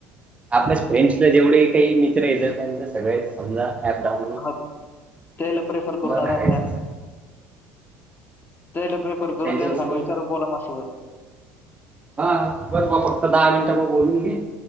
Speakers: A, on the right (about 20°); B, on the left (about 35°).
A: आपल्या फ्रेंड्सला जेवढे काही मित्र येतात त्यांंच्या सगळे समजा ऍप डाउन
B: हा तेला प्रेफर करुन
A: टाकायचा
B: आता आपण ॲप त्यायला प्रेफर
A: बस
B: करून
A: त्यांच्याकडून
B: त्याला सांगू
A: मग
B: विचार बोला माझ्या सोबत
A: हा बर भावा फक्त दहा मिनिटं ब बोलून घे.